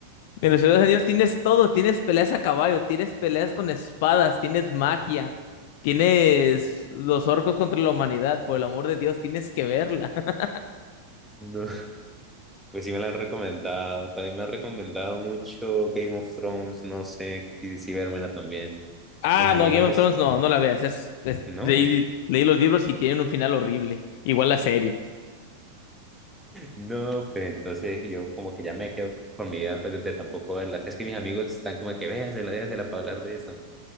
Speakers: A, on the left; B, in the centre.
A: En los Ciudadanos Anillos tienes todo, tienes peleas a caballo, tienes peleas con espadas, tienes magia, tienes los orcos contra la humanidad, por el amor de Dios, tienes que verla. <laughs>
B: no. no. Pues sí me la han recomendado. También me han recomendado mucho Game of Thrones. No sé si, si vérmela también.
A: Ah,
B: Mis amigos,
A: no, Game of
B: es...
A: Thrones no, no la veas, es, es-
B: no.
A: leí, leí los libros y tienen un final horrible, igual la serie.
B: No, pues entonces yo como que ya me quedo con mi idea pues, de tampoco verlas. Es que mis amigos están como que véasela, véasela para hablar de esto.